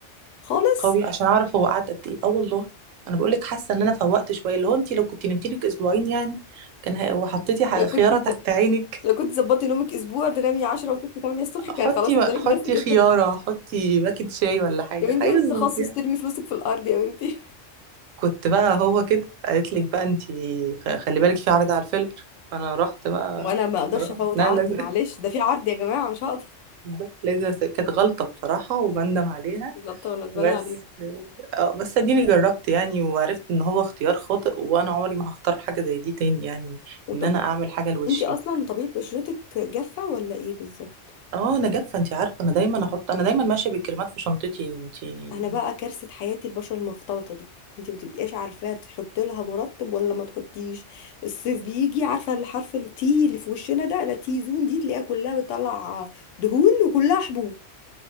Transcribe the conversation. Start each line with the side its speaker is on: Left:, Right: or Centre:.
Left: خالص
Right: قوي عشان اعرف هو قعد قد ايه اه والله انا بقول لك حاسه ان انا فوقت شويه اللي هو انت لو كنت نمتي لك اسبوعين يعني كان هي- وحطيتي ح-
Left: لو
Right: خياره
Left: كنت
Right: تحت عينك
Left: لو كنت ظبطتي نومك اسبوع تنامي 10 وتصحي 8 الصبح كان
Right: حطي
Left: خلاص ادالك
Right: حطي
Left: نفس الافيه
Right: خياره حطي باكت شاي ولا حاجه
Left: يا بنتي
Right: هيظبط
Left: وانت تخصص
Right: يعني
Left: ترمي فلوسك في الارض يا بنتي
Right: كنت بقى هو كده قالت لك بقى انت خ- خلي بالك في عرض على الفيلر فانا رحت بقى
Left: وانا ما اقدرش
Right: رحت
Left: افوت
Right: لا
Left: عرض
Right: لازم
Left: معلش
Right: <laughs>
Left: ده في عرض يا جماعه مش هقدر
Right: بالظبط، لازم أس- كانت غلطه بصراحه وبندم عليها
Left: غلطانه اتبنى
Right: بس
Left: عليها
Right: اه بس اديني جربت يعني وعرفت ان هو اختيار خاطئ وانا عمري ما هختار حاجه زي دي تاني يعني
Left: وطب
Right: ان انا اعمل حاجه لوشي
Left: انت اصلا طبيعه بشرتك جافه ولا ايه بالظبط
Right: اه انا جافه انتي عارفه انا دايما احط انا دايما ماشيه بالكريمات في شنطتي انتي
Left: انا بقى كارثه حياتي البشره المختلطه دي انت ما بتبقيش عارفه تحط لها مرطب ولا ما تحطيش الصيف بيجي عارفه الحرف التي اللي في وشنا ده لا تي زون دي تلاقيها كلها بتطلع دهون وكلها حبوب